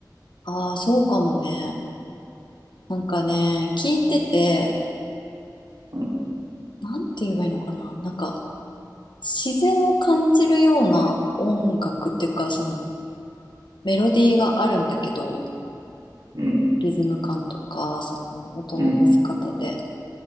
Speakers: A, on the left; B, on the right.
A: ああー、そうかもね。なんかね、聞いてて、
B: うん、
A: なんて言えばいいのかな。なんか、自然を感じるような音楽っていうか、その、メロディーがあるんだけど、
B: うん、
A: リズム感とか、その、音の乗せ方で。
B: うん、